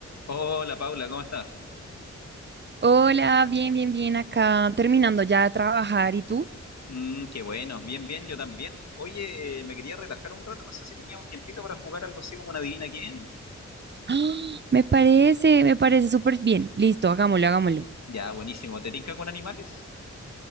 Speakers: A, on the left (about 65°); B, on the right (about 40°).
A: Hola Paula, ¿cómo estás?
B: Hola, bien, bien, bien acá, terminando ya de trabajar. ¿Y tú?
A: Mm, qué bueno, bien, bien, yo también. Oye, eh, me quería relajar un rato, no sé si teníamos tiempito para jugar algo así como una adivina quién.
B: ¡Ah! Me parece, me parece súper bien. Listo, hagámoslo, hagámoslo.
A: Ya, buenísimo. ¿Te tinca con animales?